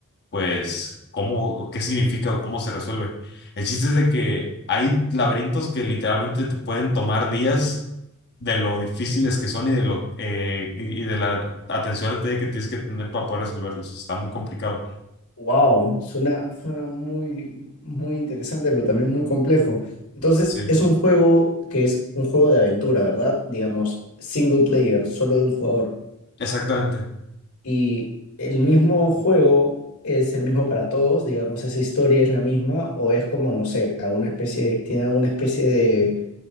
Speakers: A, on the left; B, on the left.
A: pues, cómo, qué significa o cómo se resuelve. El chiste es de que hay laberintos que literalmente te pueden tomar días de lo difíciles que son y de lo eh, y y de la atención al detalle que tienes que tener para poder resolverlos. Está muy complicado.
B: Wow, suena, suena muy, muy interesante, pero también muy complejo. Entonces,
A: Sí,
B: es un juego que es un juego de aventura, ¿verdad? Digamos, single player, solo de un jugador.
A: exactamente.
B: Y el mismo juego es el mismo para todos, digamos, esa historia es la misma, o es como, no sé, alguna especie, tiene alguna especie de